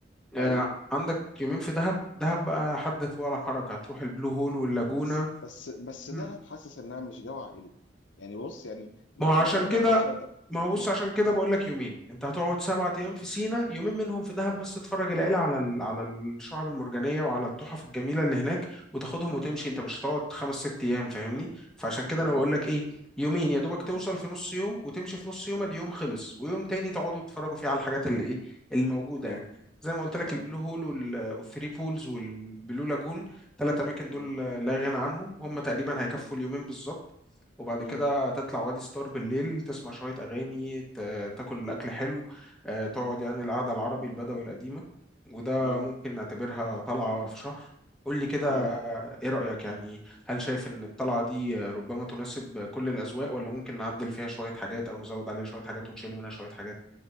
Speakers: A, in the centre; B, on the left.
A: آه،
B: ايوه
A: عندك يومين في دهب دهب بقى حدث ولا حرج هتروح البلو هول واللاجونة
B: بس بس بس
A: مم.
B: دهب حاسس انها مش جو عائلي يعني بص يعني ما
A: ما هو عشان
B: ما تبعدنا
A: كده
B: عن الطرشيه ده
A: ما هو بص
B: مم.
A: عشان كده بقول لك يومين انت هتقعد سبعة ايام
B: مم.
A: في سينا يومين منهم في دهب
B: مم.
A: بس تتفرج العيله على ال... على الشعب المرجانيه وعلى التحف الجميله اللي هناك وتاخدهم
B: مم.
A: وتمشي انت مش هتقعد خمس ست ايام فاهمني فعشان كده
B: مم.
A: انا بقول لك ايه يومين يا دوبك توصل
B: مم.
A: في نص يوم وتمشي في نص يوم
B: مم.
A: ادي يوم خلص ويوم تاني تقعدوا تتفرجوا فيه على الحاجات اللي ايه اللي موجوده
B: مم.
A: يعني زي ما قلت لك
B: مم.
A: البلو هول وال- والثري بولز والبلو لاجون ثلاث اماكن
B: مم.
A: دول لا غنى عنهم هم تقريبا هيكفوا
B: مم.
A: اليومين بالظبط وبعد
B: مم.
A: كده تطلع وادي ستار بالليل تسمع شوية أغاني ت- تاكل أكل حلو آه، تقعد يعني القعدة العربي البدوي القديمة وده
B: مم.
A: ممكن نعتبرها طلعة في شهر قول لي كده
B: مم.
A: آه، إيه رأيك يعني هل شايف إن الطلعة دي آه، ربما تناسب كل الأذواق ولا ممكن نعدل فيها شوية حاجات أو نزود عليها شوية حاجات ونشيل منها شوية حاجات؟